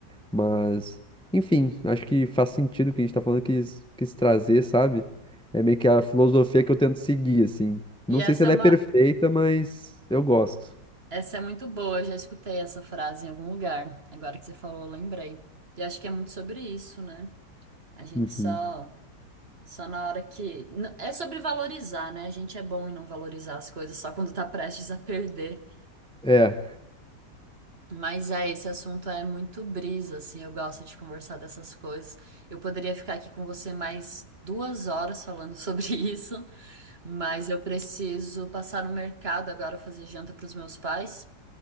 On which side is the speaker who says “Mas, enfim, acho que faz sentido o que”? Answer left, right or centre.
Centre